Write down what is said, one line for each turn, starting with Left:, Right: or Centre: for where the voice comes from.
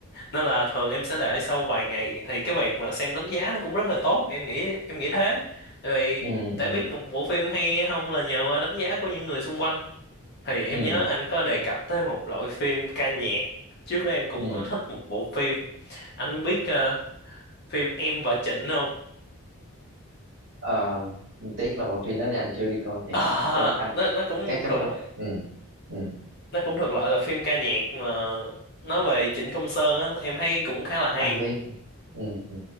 Left: Nên là thường em sẽ đợi sau vài ngày thì cái việc mà xem đánh giá nó cũng rất là tốt, em nghĩ em nghĩ thế. Tại vì
Right: ừ
Left: để
Right: ừ
Left: biết một bộ phim hay hay không là nhờ qua đánh giá của những người xung quanh. Thì em
Right: ừ
Left: nhớ anh có đề cập tới một loại phim ca nhạc. Trước đó em cũng
Right: ừ
Left: có thích một bộ phim. Anh biết ờ, phim Em và Trịnh không?
Right: ờ tiếc là bộ phim đó thì anh chưa đi coi thiệt
Left: Ờ,
Right: Thế anh
Left: nó nó cũng
Right: cái cái
Left: thuộc loại
Right: ừ ừ
Left: nó cũng thuộc loại là phim ca nhạc mà nói về Trịnh Công Sơn á em thấy cũng khá là hay
Right: anh biết ừ, ừ.